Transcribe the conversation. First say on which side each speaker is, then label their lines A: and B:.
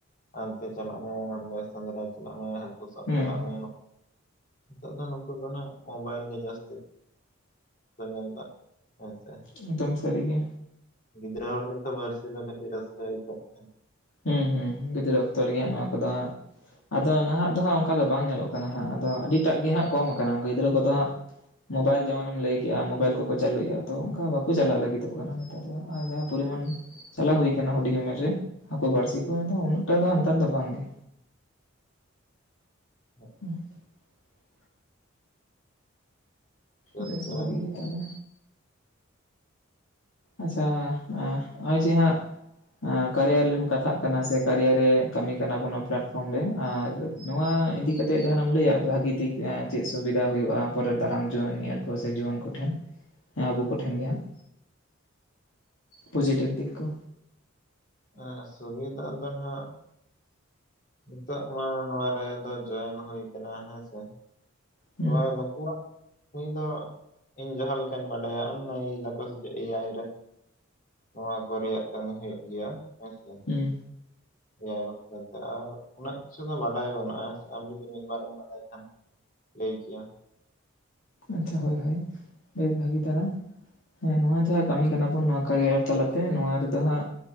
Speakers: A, on the left (about 40°); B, on the left (about 65°).
A: ᱦᱟᱱᱛᱮ ᱪᱟᱞᱟᱜ ᱢᱮ ᱦᱟᱸᱰᱮ ᱥᱮᱸᱫᱽᱨᱟ ᱪᱟᱞᱟᱜ ᱢᱮ ᱦᱟᱹᱠᱩ ᱥᱟᱵ
B: ᱦᱩᱸ
A: ᱪᱟᱞᱟᱜ
B: ᱦᱩᱸ
A: ᱢᱮ ᱱᱤᱛᱚᱜ ᱫᱚ ᱱᱩᱠᱩ ᱫᱚ ᱦᱟᱸᱜ ᱢᱳᱵᱟᱭᱤᱞ ᱜᱮ ᱡᱟᱹᱥᱛᱤ᱾ ᱟᱫᱚ ᱧᱮᱞᱫᱟ ᱦᱮᱸ ᱥᱮ᱾
B: ᱮᱠᱫᱚᱢ ᱥᱟᱹᱨᱤ ᱜᱮ
A: ᱜᱤᱫᱽᱨᱟᱹ ᱦᱚᱲ ᱜᱮ ᱛᱚ ᱵᱟᱹᱲᱥᱤᱤ ᱫᱚ ᱠᱟᱹᱴᱤᱡ ᱨᱟᱹᱥᱠᱟ ᱟᱹᱭᱠᱟᱹᱜ ᱛᱟᱦᱮᱸᱜ
B: ᱦᱩᱸ ᱦᱩᱸ ᱜᱤᱫᱽᱨᱟᱹ ᱚᱠᱛᱚ ᱨᱮᱜᱮ ᱦᱟᱸᱜ ᱱᱚᱣᱟ ᱠᱚᱫᱚ ᱟᱫᱚ ᱱᱟᱦᱟᱜ ᱫᱚ ᱦᱟᱸᱜ ᱚᱝᱠᱟ ᱫᱚ ᱵᱟᱝ ᱧᱮᱞᱚᱜ ᱠᱟᱱᱟ ᱦᱟᱸᱜ ᱟᱫᱚ ᱟᱹᱰᱤᱴᱟᱜ ᱜᱮ ᱦᱟᱸᱜ ᱠᱚᱢ ᱠᱟᱱᱟ ᱜᱤᱫᱽᱨᱟᱹ ᱠᱚᱫᱚ ᱦᱟᱸᱜ ᱢᱳᱵᱟᱭᱤᱞ ᱡᱮᱢᱚᱱᱮᱢ ᱞᱟᱹᱭ ᱠᱮᱜ-ᱟ ᱢᱳᱵᱟᱭᱤᱞ ᱠᱚᱠᱚ ᱪᱟᱹᱞᱩᱭᱮᱜ-ᱟ ᱛᱚ ᱚᱝᱠᱟ ᱵᱟᱠᱩ ᱪᱟᱞᱟᱜ ᱞᱟᱹᱜᱤᱫᱚᱜ ᱠᱟᱱᱟ ᱱᱮ ᱱᱮᱛᱟᱨ ᱫᱚ ᱡᱟᱦᱟᱸ ᱯᱚᱨᱤᱢᱟᱱ ᱪᱟᱞᱟᱣ ᱦᱩᱭ ᱟᱠᱟᱱᱟ ᱦᱩᱰᱤᱧ ᱩᱢᱮᱨ ᱨᱮ ᱦᱟᱠᱩ ᱵᱟᱹᱲᱥᱤ ᱠᱚ ᱚᱱᱟ ᱫᱚ ᱩᱱᱟᱹᱜ ᱴᱟ ᱫᱚ ᱦᱟᱸᱜ ᱱᱮᱛᱟᱨ ᱫᱚ ᱵᱟᱝᱜᱮ
A: ᱦᱚᱸ
B: <inaudible>
A: ᱨᱟᱹᱥᱠᱟᱹ
B: ᱵᱮᱥ ᱵᱷᱟᱜᱤ
A: ᱵᱟᱝ ᱫᱚ
B: ᱜᱤ
A: ᱵᱟᱝ
B: ᱛᱟᱦᱟᱞᱮ ᱟᱪᱪᱷᱟ ᱟᱸ ᱦᱚᱜ-ᱚᱭ ᱡᱮ ᱦᱟᱸᱜ ᱟᱸ ᱠᱟᱨᱮᱭᱟ ᱨᱮᱵᱩᱱ ᱠᱟᱛᱷᱟᱜ ᱠᱟᱱᱟ ᱥᱮ ᱠᱟᱨᱮᱭᱟ ᱨᱮ ᱠᱟᱹᱢᱤ ᱠᱟᱱᱟ ᱵᱚᱱ ᱱᱚᱣᱟ ᱯᱞᱟᱴᱯᱷᱚᱨᱚᱢ ᱨᱮ ᱟᱨ ᱱᱚᱣᱟ ᱤᱫᱤ ᱠᱟᱛᱮᱜ ᱡᱟᱦᱟᱱᱟᱜ ᱮᱢ ᱞᱟᱹᱭᱟ ᱵᱷᱟᱜᱤ ᱫᱤᱠ ᱮᱸ ᱪᱮᱜ ᱥᱩᱵᱤᱫᱟ ᱦᱩᱭᱩᱜ-ᱟ ᱯᱚᱨᱮᱨ ᱫᱟᱨᱟᱢ ᱡᱚᱢᱮᱢ ᱧᱮᱞ ᱠᱚ ᱥᱮ ᱡᱩᱣᱟᱹᱱ ᱠᱚᱴᱷᱮᱱ ᱦᱮᱸ ᱟᱵᱚ ᱠᱚᱴᱷᱮᱱ ᱜᱮ ᱦᱟᱸᱜ ᱯᱚᱡᱮᱴᱤᱵᱷ ᱫᱤᱠ ᱠᱩ?
A: ᱮᱸ ᱥᱩᱵᱤᱫᱷᱟ ᱫᱚ ᱱᱟᱦᱟᱜ ᱱᱤᱛᱚᱜ ᱢᱟ ᱱᱚᱣᱟ ᱨᱮᱫᱚ ᱡᱚᱭᱮᱱ ᱦᱩᱭ ᱠᱟᱱᱟ ᱦᱮᱸᱥᱮ
B: ᱦᱩᱸ
A: ᱛᱷᱚᱲᱟ ᱱᱩᱠᱩᱣᱟᱜ ᱱᱩᱭ ᱫᱚ ᱤᱧ ᱡᱟᱦᱟᱸ ᱞᱮᱠᱟᱧ ᱵᱟᱰᱟᱭᱟ ᱩᱱᱱᱚᱭ ᱫᱟᱠᱚ ᱥᱮᱪᱮᱜ ᱮᱭᱟᱭ ᱨᱮ ᱱᱚᱣᱟ ᱠᱚ ᱨᱮᱭᱟᱜ ᱠᱟᱹᱢᱤ ᱦᱩᱭᱩᱜ ᱜᱮᱭᱟ ᱦᱮᱸᱥᱮ
B: ᱦᱩᱸ
A: ᱮᱭᱟᱭ ᱵᱟᱠᱷᱨᱟ ᱛᱮ ᱟᱨ ᱩᱱᱟᱹᱜ ᱠᱤᱪᱷᱩ ᱫᱚ ᱵᱟᱰᱟᱭ ᱵᱟᱹᱱᱩᱜᱼᱟ ᱦᱮᱸ ᱥᱮ ᱟᱢ ᱡᱩᱫᱤ ᱢᱤᱜ ᱵᱟᱨᱮᱢ ᱵᱟᱰᱟᱭ ᱠᱷᱟᱱ ᱞᱟᱹᱭ ᱠᱮᱭᱟᱢ?
B: ᱟᱪᱪᱷᱟ ᱦᱳᱭ ᱦᱳᱭ ᱵᱮᱥ ᱵᱷᱟᱜᱤ ᱛᱟᱨᱟ ᱦᱮᱸ ᱱᱚᱣᱟ ᱡᱟᱦᱟᱸ ᱠᱟᱹᱢᱤ ᱠᱟᱱᱟ ᱵᱚᱱ ᱱᱚᱣᱟ ᱠᱟᱨᱤᱭᱟᱨ ᱛᱟᱞᱟᱛᱮ ᱱᱚᱣᱟ ᱨᱮᱫᱚ ᱦᱟᱸᱜ